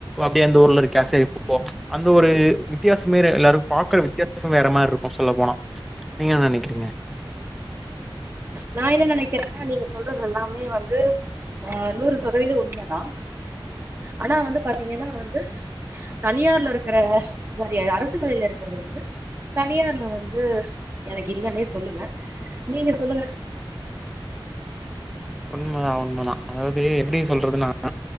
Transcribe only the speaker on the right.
நா என்ன நெனக்கிறன்னா நீங்க சொல்றது எல்லாமே வந்து ஹ நூறு சதவீதம் உண்மதா ஆனா வந்து பாத்தீங்கன்னா வந்து தனியார்ல இருக்கிற <unintelligible> அரசு வேலயில இருக்கிறது வந்து தனியார்ல வந்து எனக்கு இல்லன்னே சொல்லுவ நீங்க சொல்லுங்க